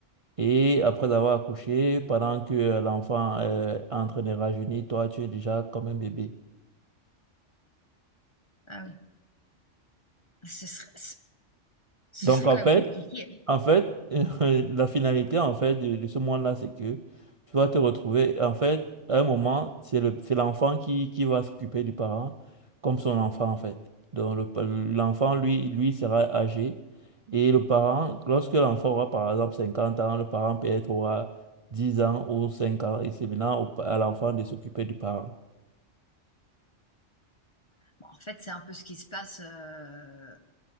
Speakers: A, on the right (about 40°); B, on the left (about 25°).
A: Et après avoir accouché, pendant que euh, l'enfant euh, est en train de rajeunir, toi, tu es déjà comme un bébé.
B: Ah oui. Ce serait, ce ce
A: Donc,
B: serait
A: en
B: quand
A: fait,
B: même compliqué.
A: en fait, <laughs> la finalité, en fait, de, de ce monde-là, c'est que tu vas te retrouver, en fait, à un moment, c'est le, c'est l'enfant qui, qui va s'occuper du parent comme son enfant, en fait. Donc, le- l'enfant, lui, lui sera âgé. Et le parent, lorsque l'enfant aura, par exemple, 50 ans, le parent peut-être aura 10 ans ou 5 ans, et c'est maintenant au- à l'enfant de s'occuper du parent.
B: Bon, en fait, c'est un peu ce qui se passe euh,